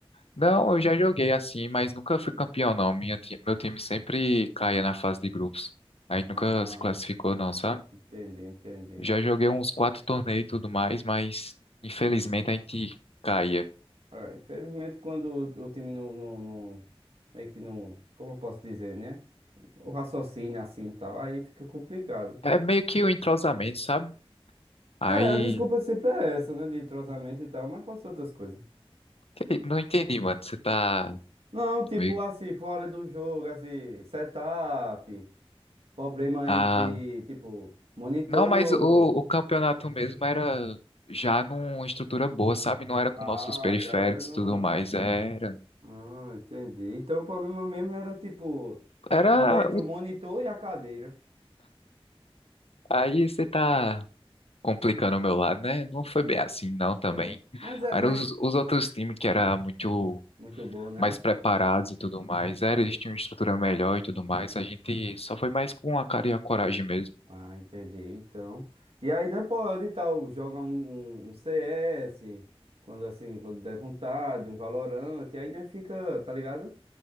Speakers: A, on the left; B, on the right.
A: Não, eu já joguei assim, mas nunca fui campeão, não. Minha, ti- meu time sempre caía na fase de grupos. A gente nunca
B: Ah,
A: se classificou, não, sabe?
B: entendi, entendi.
A: Já joguei uns quatro torneios e tudo mais, mas infelizmente a gente caía.
B: É, infelizmente, quando o, o time não, não, não- meio que não, como eu posso dizer, né? O raciocínio assim e tal, aí fica complicado.
A: É meio que o entrosamento, sabe? Aí,
B: É, a desculpa sempre é essa, né? De entrosamento e tal, mas pode ser outras coisas.
A: que- não entendi, mano. Você tá
B: Não, tipo
A: meio.
B: assim, fora do jogo, assim, setup, problema
A: ah,
B: entre, tipo, monitor.
A: Não, mas o, o campeonato mesmo era já numa estrutura boa, sabe? Não era com
B: Ah,
A: nossos periféricos
B: já era no.
A: e tudo mais. Era.
B: Ah, entendi. Então o problema mesmo era, tipo,
A: Era.
B: tava entre
A: o-
B: o monitor e a cadeira.
A: Aí você tá complicando o meu lado, né? Não foi bem assim, não, também.
B: É. Mas é,
A: Eram
B: mas.
A: os, os outros times que era muito
B: Muito bom, né?
A: mais preparados e tudo mais. Era,
B: era?
A: eles tinham uma estrutura melhor e tudo mais. A gente só foi mais com a cara e a coragem mesmo.
B: Ah, entendi. Então. E aí, né, pode e tal, joga um, um- um CS, quando assim, quando der vontade, um Valorant, e aí, né, fica, tá ligado?